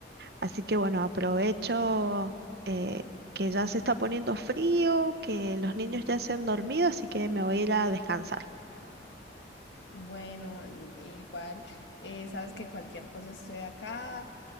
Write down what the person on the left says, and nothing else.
bueno, n- igual, eh, sabes que cualquier cosa estoy acá.